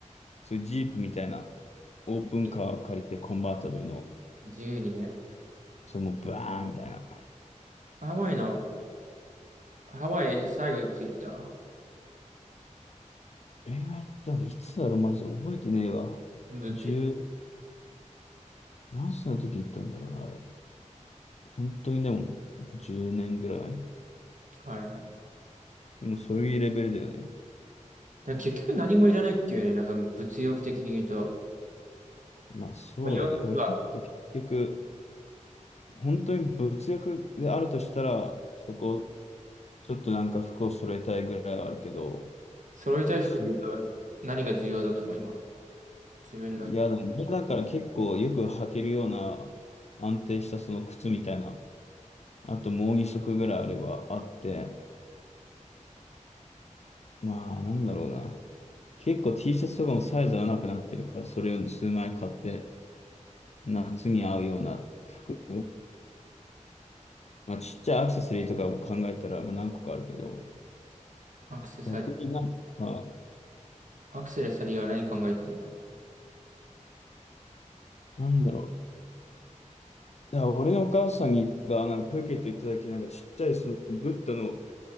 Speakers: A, on the left (about 60°); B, on the right (about 75°).
A: そういうジープみたいな、オープンカーを借りて、
B: え
A: コンバータブルの、
B: 自由にね。
A: そう、もうバーンみたいな。
B: ハワイの、ハワイ最後いつ行った
A: 恋愛っていつだろう、マジで覚えてねえわ。
B: ずっと行っ
A: 十、何歳の時行ったんだろうな、あれ。本当にでも、10年ぐらい。
B: た、はいはい。だか
A: でもそういうレベルだよね。
B: ら結局何もいらないっていうね、なんか物欲的に言うと、
A: まあそうだね。
B: まあ、洋服が、
A: 俺の時結局、本当に物欲であるとしたら、そこ、ちょっとなんか服を揃えたいぐらいはあるけど、
B: 揃いたい服で言うと何が重要だと思う、
A: そ、
B: 今。自分の
A: 嫌だ。だから結構よく履けるような安定したその靴みたいな、あともう2足ぐらいあればあって、まあなんだろうな。結構 T シャツとかもサイズ合わなくなってるから、それを数枚買って、夏に合うような服。まあちっちゃいアクセサリーとかも考えたら、まあ何個かあるけど、
B: アクセサリー、
A: 逆になんか、
B: アクセサリーは何考えてんの
A: なんだろう。だから俺のお母さんにがなんかプーケット行った時なんかちっちゃいそのブッダの